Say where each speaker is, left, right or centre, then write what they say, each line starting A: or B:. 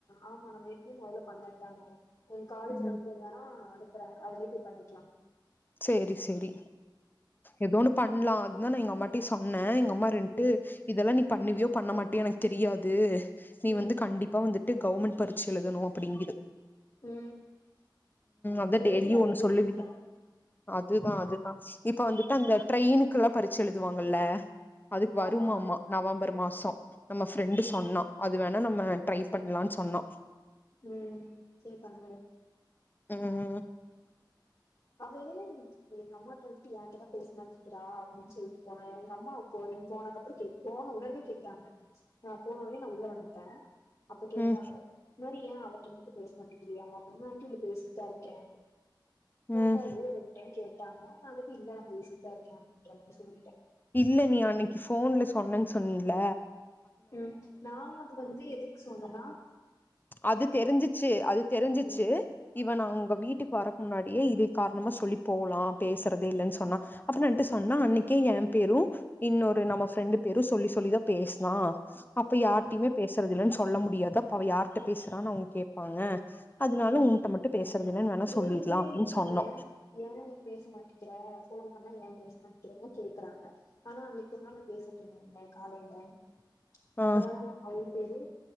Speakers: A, on the left; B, on the left.
A: ஆமா நா வேண்ணே மொதல்ல பண்ணல் டாங்க எ காலேஜ்ல
B: ம்
A: ஒருத்தர் வேணா அனுப்பற அத விட்டு பண்ணிக்கலாம்
B: சேரி சேரி எதோன்னு பண்லா அதுதா நா எங் அப் மட்டி சொன்னே எங்க அம்மா இருந்ட்டு
A: ம்
B: இதெல்லா நீ பண்ணுவியோ பண்ண மாட்டியா எனக்கு தெரியாது நீ
A: ம்
B: வந்து கண்டிப்பா வந்து ட்டு கவர்ன்மெண்ட் பரிச்சை எழுதணும் அப்புடிங்கிது
A: ம்
B: அதா
A: சேரி
B: டெய்லியு
A: அத
B: ஒண்ணு
A: எழுதிக்லா
B: சொல்லுவீங்க அதுதா அதுதா இப்ப வந்துட்டு அந்த ட்ரெயின் முக்கெல்லா பரீட்சை எழுதுவாங்கல்ல அதுக்கு வருமாமா
A: ஆமா
B: நவம்பர் மாசோ நம்ம ஃப்ரெண்ட்டு சொன்னா
A: ம்
B: அது வேண் நம்ம ட்ரை பண்ணலானு சொன்னோ
A: ம் சேரி பண்ணுது
B: ம்
A: அவ ஏ இச்சிந்தி அம்மாட்ட விட்டு எ கிட்ட பேசனுனு நிக்கிறா அப்டின்னு சொல்லிட்டு போனா எங்க அம்மா போனகப்புறோ கே போன உடனே கேக்குறாங்க நா போன உடனே நா உள்ள வந்துட்ட அப்ப கேட்டாங்க
B: ம்
A: இது மாரி ஏ அவகிட்ட மட்டு பேச மாட்டகிரியாமா உன்ன வந்ட்டு இங்க பேசிட்டா இருக்கே <unintelligible>
B: ம்
A: டைம் கே டாங்க நா வந்துட்டு இல்ல நா பேசிட்டு <unintelligible> சொல்லிட்ட
B: இல்ல நீ அன்னிக்கி ஃபோன்ல சொன்னன் சொன்னில
A: ம் நா அது வந்து எதுக்கு சொன்னனா
B: அது தெரிஞ்சிச்சு அது தெரிஞ்சிச்சு
A: ம்
B: இவ நாவு உங்க வீட்டுக்கு வரக்கு முன்னாடியே இது காரணமா சொல்லி போலா பேசுறதே இல்லன் சொன்னா அப்றோ நா இருன்டு சொன்னா அன்னிக்கே எ பேரு இன்னொரு நம்ம ஃப்ரெண்டு பேரு சொல்லி சொல்லிதா பேஸ்னா அப்ப யார்டிமே
A: ம்
B: பேசறதில்லன் சொ சொல்ல முடியாதா ப்ப அவ யார்ட்ட பேசுறானு அவுங்க கேப்பாங்க அதனால
A: ம்
B: உன்ட்ட மட்டு பேசுறது இல்லன்னு வேணா
A: வேணுனே
B: சொல்லிர்லா அப்டின்னு
A: நிக்கிரியா
B: சொன்னோ
A: யா எ பேச மாட்டிக்குற ஃபோன் பண்ணா ஏ பேசமாட்டிகிறன்லா கேக்குறாங்க ஆனா அன்னைக்கு ஒரு நாள் பேசிட்டு இருந்தாங்க காலை இல்ல
B: ஆ
A: அப்பதான நம்ம பய்ந் வெறு